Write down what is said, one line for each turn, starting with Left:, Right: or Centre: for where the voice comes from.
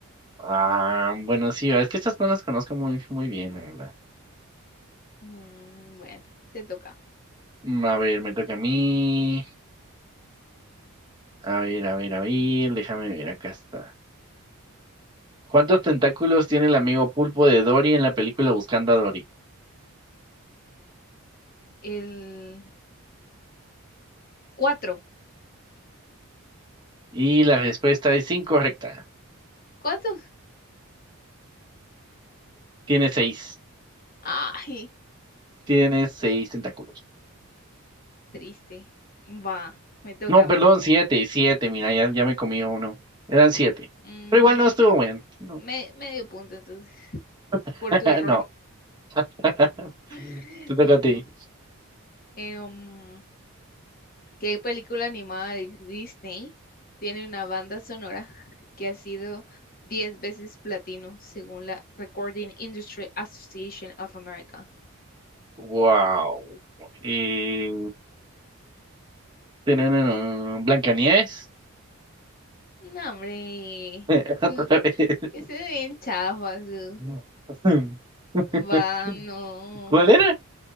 Right: Ah, bueno, sí, es que estas no las conozco muy, muy bien, la verdad.
Left: Mm, bueno, te toca.
Right: Mm, A ver, me toca a mí. A ver, a ver, a ver, déjame ver, acá está. ¿Cuántos tentáculos tiene el amigo pulpo de Dory en la película Buscando a Dory?
Left: El cuatro.
Right: Y la respuesta es incorrecta.
Left: ¿Cuántos?
Right: Tiene seis.
Left: Ay,
Right: Tiene seis tentáculos.
Left: triste. Va, me toca.
Right: No, perdón,
Left: Me... to-
Right: siete, siete, mira, ya, ya me comí uno. Eran siete.
Left: Mm,
Right: Pero igual no estuvo bien. No.
Left: me- medio punto entonces,
Right: <laughs>
Left: por tu error.
Right: No. <laughs>
Left: <laughs>
Right: Te toca
Left: Mm,
Right: a ti.
Left: eh, um, ¿qué película animada de Disney tiene una banda sonora que ha sido 10 veces platino según la Recording Industry Association of America?
Right: Wow. Y... Tanana, Blancanieves.
Left: No, hombre.
Right: <laughs>
Left: Su,
Right: Otra vez.
Left: ese es bien chafa, su.
Right: <laughs>
Left: Va, no.
Right: ¿Cuál era?